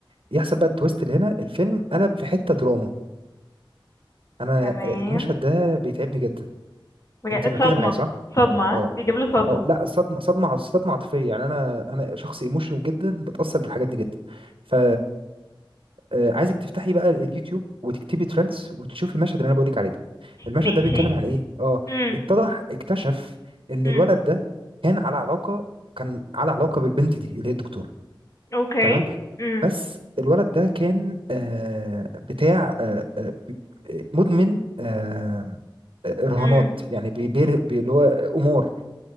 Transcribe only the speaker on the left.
تمام
بجد
صدمة
صدمة ها؟
بيجيب له صدمة
ماشي
مم.
مم.
اوكي
مم.
مم.